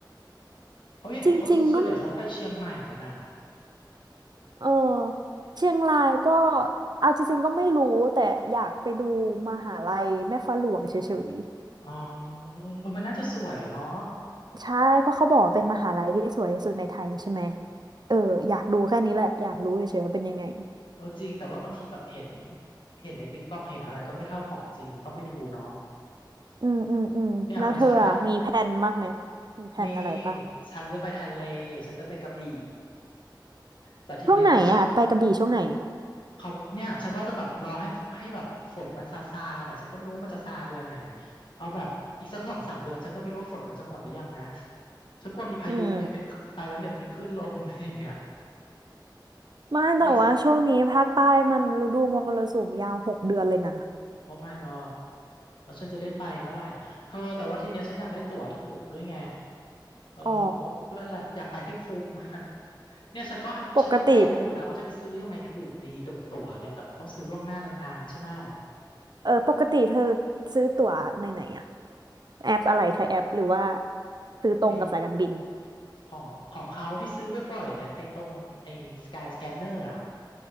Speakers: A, on the left; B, on the right.
A: เขาเห็นเขาส่วนใหญ่เขาไปเชียงใหม่กันอ่ะ
B: จริงๆก็เออเชียงรายก็เอาจริงๆก็ไม่รู้แต่อยากไปดูมหาลัยแม่ฟ้าหลวงเฉย
A: อ๋อเออมันน่าจะสวยเนาะ
B: ๆใช่เพราะเขาบอกว่าเป็นมหาลัยที่สวยที่สุดในไทยใช่ไหมเอออยากดูแค่นี้แหละอยากรู้เฉยๆว่าเป็นยังไง
A: เออจริงแต่ว่าบางทีแบบเห็นเห็นในติ๊กต็อกเห็นอะไรก็ไม่เท่าของจริงมันต้องไปดูเนาะ
B: อืมอืมอืมแล้วเธออะมีแผนมากไหม
A: เนี่ยเหมือนฉันอะ
B: มีแผนอะไรปะ
A: มีฉันจะไปทะเลฉันจะไปกระบี่แต่ทีเนี้ยฉัน
B: ช่วงไหนอ่ะไปกระบี่ช่วงไหน
A: เขาเนี่ยฉันว่าจะแบบรอให้ฝให้แบบฝนมันซาซาเนี่ยฉันก็ไม่รู้ว่ามันจะซาเดือนไหนเอาแบบอีกสักสองสามเดือนฉันก็ไม่รู้ว่าฝนมันจะหมดหรือยังนะฉันกลัวมีพายุไงเป็นคลื่นไปแล้วแบบมีคลื่นลมอะไรอย่างเงี้ย
B: อืมไม่แต่ว่าช่วงนี้ภาคใต้มันฤดูมรสุมยาวหกเดือนเลยนะ
A: เนี่ย โอ้ my god แล้วฉันจะได้ไปเมื่อไหร่เธอแต่ว่าทีเนี้ยฉันอยากได้ตั๋วถูกด้วยไงเอองงด้วยแหละอยากไปให้คุ้มอะ
B: อ๋อ
A: เนี่ยฉันก็ฉันก็แพลนอยู่นะว่าจะไปซื้อยังไงถูกดีตั๋วตั๋วเนี่ยแต่มันต้องซื้อล่วงหน้านานๆใช่ไหมะ
B: ปกติเออปกติเธอซื้อตั๋วในไหนอะแอปอะไรใช้แอปหรือว่าซื้อตรงกับสายการบิน
A: ไอของของเขาที่ซื้อบ่อยๆนะไอตรงไอสกายสแกนเนอร์อ่ะ